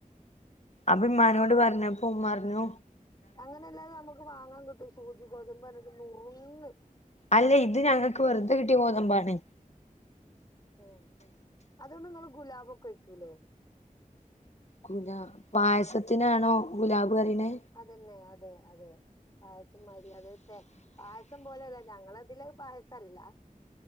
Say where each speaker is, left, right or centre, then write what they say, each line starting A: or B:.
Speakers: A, on the left; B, on the left.
A: അതീമ്മാനോട് പറഞ്ഞ പ്പോ ഉമ്മാറഞ്ഞു
B: അങ്ങനല്ലാതെ നമുക്ക് വാങ്ങാൻ കിട്ടും. സൂചി ഗോതമ്പ് തന്നെ ഒരു നൂ ഒന്ന്
A: അല്ല ഇത് ഞങ്ങക്ക് വെറുതെ കിട്ടിയ ഗോതമ്പ് ആണ്.
B: റേ അതുകൊണ്ട് നിങ്ങൾ ഗുലാബ് ഒക്കെ വെയ്ക്കൂലേ
A: ഗുലാബ് പായസത്തിനാണോ ഗുലാബ് പറയണേ
B: അതന്നെ അതേ അതേ പായസം മാതിരി അതേ തേ പായസം പോലെയല്ല ഞങ്ങടെ ഇതില് പായസം അല്ല